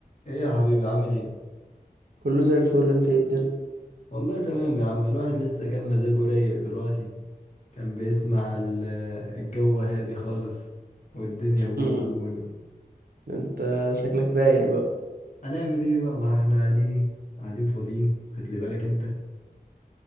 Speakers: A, on the left; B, on the right.
A: ايه يا حبيبي عامل ايه
B: كله زي الفل انت ايه الدنيا
A: والله تمام يا عم الواحد لسه كان مزاجه رايق دلوقتي كان بيسمع ال- الجو هادي خالص والدنيا بونو
B: مم.
A: بونو
B: انت شكلك رايق بقى
A: هنعمل ايه بقى ما احنا قاعدين ايه قاعدين فاضيين خد لي بالك انت